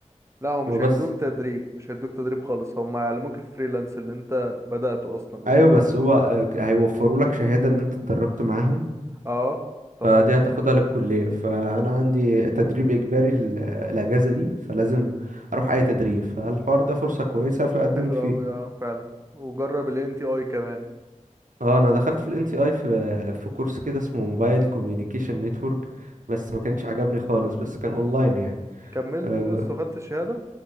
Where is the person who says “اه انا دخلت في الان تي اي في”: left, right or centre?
Right